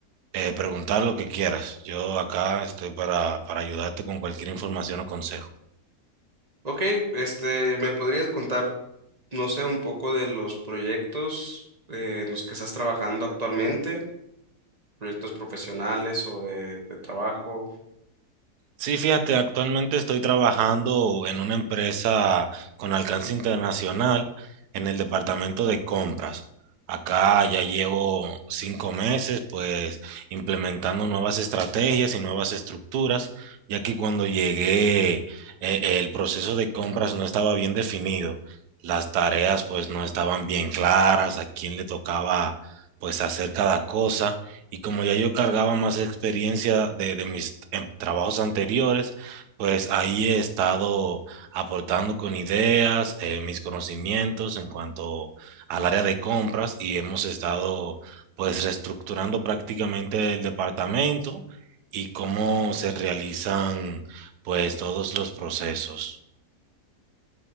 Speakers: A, on the right; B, on the right.
A: eh, preguntar lo que quieras. Yo acá estoy para, para ayudarte con cualquier información o consejo.
B: Ok, este, ¿me podrías contar, no sé, un poco de los proyectos eh, en los que estás trabajando actualmente? Proyectos profesionales o de, de trabajo.
A: Sí, fíjate, actualmente estoy trabajando en una empresa con alcance internacional en el departamento de compras. Acá ya llevo cinco meses, pues, implementando nuevas estrategias y nuevas estructuras, ya que cuando llegué, eh, el proceso de compras no estaba bien definido. Las tareas, pues, no estaban bien claras, a quién le tocaba, pues, hacer cada cosa. Y como ya yo cargaba más experiencia de, de mis em, trabajos anteriores, pues ahí he estado aportando con ideas, eh, mis conocimientos en cuanto al área de compras y hemos estado pues reestructurando prácticamente el departamento y cómo se realizan pues todos los procesos.